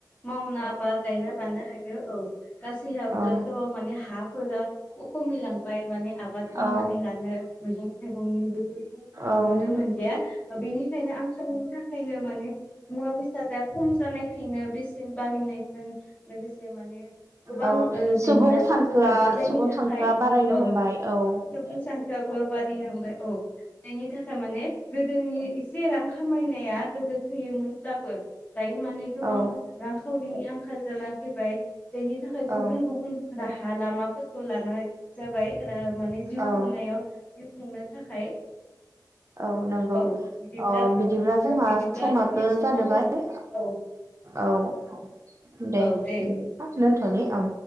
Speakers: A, on the left (about 20°); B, on the right (about 40°).
A: मावना बा गायना लानो हायो औ गासि हाबब्लाथ'
B: औ
A: माने हाफ फोरा उ खमिलांबाय माने आबाद मावनानै
B: औ
A: लानो मैगं थाइगंनिबो फोरखौ
B: औ
A: नुनो मोनदिया ओ बेनिखायनो आंखालनि थाखायनो माने मुवा बेसादा खम जानायखायनो बेसेन बारिनायजों लोगोसे माने गोबां
B: औ
A: ओ जेंना
B: सुबुं सानखोआ
A: सोमजिनो हागौ जायनि
B: सुबुं
A: थाखाय
B: सानखोआ बारायनो
A: औ
B: हमबाय औ
A: सुबुं सानखोआबो बारिनो हमबाय। औ नायनि थाखाय माने गोद जोंनि एसे रां खामायनाया गोदो थैयोमोनब्लाबो दायो माने गोबां
B: औ
A: रां खाउरि बिनि आंखाल जाना फैबाय। जायनि थाखाय गुबुन
B: औ
A: गुबुन राहा लामाफोरखौ लानाय जाबाय। फोरोब माने जिउ
B: औ
A: खुंनायाव जिउ खुंनो थाखाय
B: औ नंगौ
A: औ बिदिब्ला
B: अ बिदिब्ला
A: औ
B: जोंहा
A: औ बिदिब्ला
B: समाबो
A: जोंनिया समाबो
B: जादोबाय
A: जोब औ
B: औ औ दे
A: औ बिदि
B: बिदिबा दोनथ'नि औ